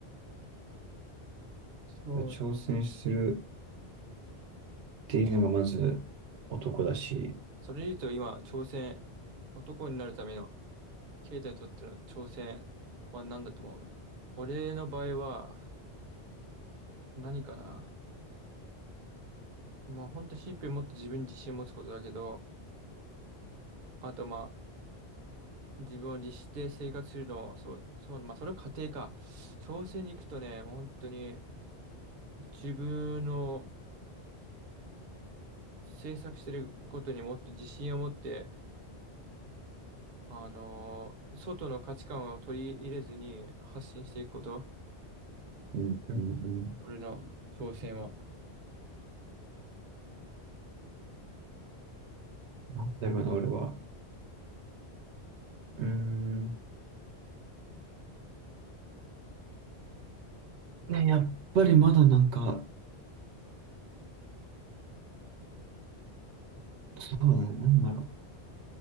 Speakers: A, on the right; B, on the right.
A: そうだ。
B: ら挑戦するっていうのがまず男だし。
A: それで言うと今、挑戦、男になるためのケイタにとっての挑戦は何だと思う俺の場合は何かなまあ本当シンプルにもっと自分に自信を持つことだけど、あとまあ自分を律して生活するのを、そう、そう、まあそれは家庭か。挑戦に行くとね、もう本当に自分の制作してることにもっと自信を持って、あのー外の価値観を取り入れずに発信していくこと。
B: うんうんうん。
A: 俺の挑戦は。
B: なんだろうな、俺は。うーん。ね、やっぱりまだなんか、そうだね、なんだろう。